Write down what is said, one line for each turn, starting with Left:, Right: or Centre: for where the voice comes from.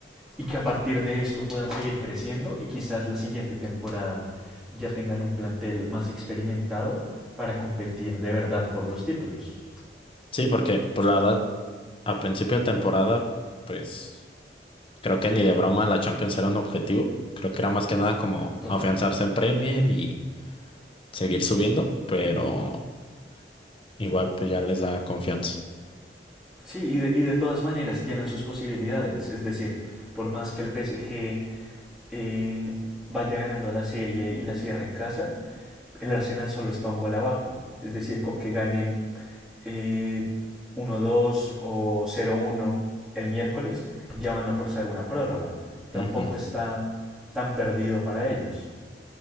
Centre: y que a partir de esto puedan seguir creciendo y quizás la siguiente temporada ya tengan un plantel más experimentado para competir de verdad por los títulos.
Left: Sí, porque pues la verdad, a principio de temporada, pues creo que ni de broma la Champions era un objetivo. Creo que era más que nada como
Centre: Total.
Left: afianzarse en Premier y seguir subiendo, pero Igual pues ya les da confianza.
Centre: Sí, y de, y de todas maneras tienen sus posibilidades. Es decir, por más que el PSG eh, vaya ganando la serie y la cierre en casa, el Arsenal solo está un gol abajo. Es decir, con que ganen eh, 1-2 o cero uno el miércoles, ya van a forzar una prórroga. Tampoco
Left: Ujú.
Centre: está tan perdido para ellos.